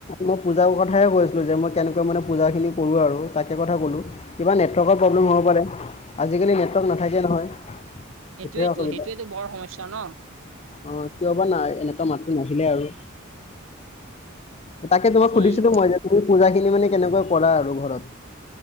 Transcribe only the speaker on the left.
মই পূজাৰ কথাহে কৈছিলো, যে মই কেনেকৈ মানে পূজা খিনি কৰো আৰু তাকে কথা কলো। কিবা নেটৱৰ্কৰ প্ৰব্লেম হ'ব পাৰে। আজিকালি নেটৱৰ্ক নাথাকে নহয়। সেইটোহে
অসুবিধা
অ' কিয় বা নাই এনেকুৱা মাতটো নাহিলে আৰু। তাকে তোমাক
সুধিছিলো মই যে তুমি পূজা খিনি মানে কেনেকুৱা কৰা আৰু ঘৰত?